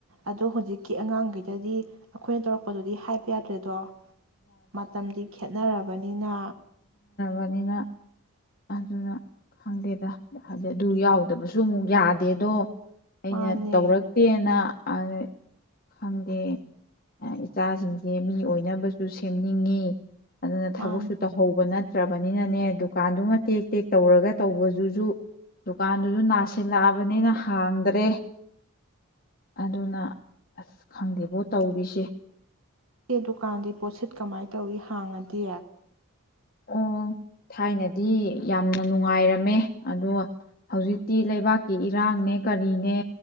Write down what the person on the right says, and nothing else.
ꯑꯗꯣ ꯍꯧꯖꯤꯛꯀꯤ ꯑꯉꯥꯡꯈꯩꯗꯗꯤ ꯑꯩꯈꯣꯏꯅ ꯇꯧꯔꯛꯄꯗꯨꯗꯤ ꯍꯥꯏꯄ ꯌꯥꯗ꯭ꯔꯦꯗꯣ ꯃꯇꯝꯗꯤ ꯈꯦꯅꯔꯕꯅꯤ ꯅꯤꯅ
ꯃꯥꯅꯦ
ꯃꯥꯅꯦ
ꯏꯦ ꯗꯨꯀꯥꯟꯗꯤ ꯄꯣꯠꯁꯤꯠ ꯀꯃꯥꯏꯅ ꯇꯧꯏꯤ ꯍꯥꯡꯉꯗꯤ